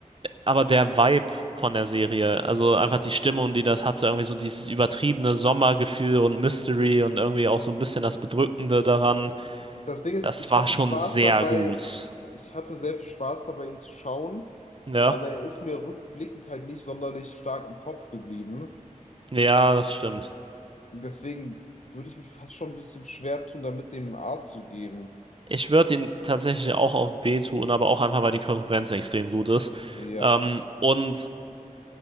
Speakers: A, on the right; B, on the left.
A: aber der Vibe von der Serie, also einfach die Stimmung, die das hatte, irgendwie so dieses übertriebene Sommergefühl und Mystery und irgendwie auch so ein bisschen das Bedrückende daran,
B: Das Ding ist,
A: das
B: ich
A: war
B: hatte
A: schon
B: Spaß
A: sehr
B: dabei,
A: gut.
B: ich hatte sehr viel Spaß dabei, ihn zu schauen,
A: Ja,
B: aber er ist mir rückblickend halt nicht sonderlich stark im Kopf geblieben.
A: ja, das stimmt.
B: Deswegen würde ich mich fast schon ein bisschen schwer tun, damit dem A zu geben.
A: Ich würde ihn tatsächlich auch auf B tun, aber auch einfach, weil die Konkurrenz extrem gut ist.
B: Ja,
A: Ähm, und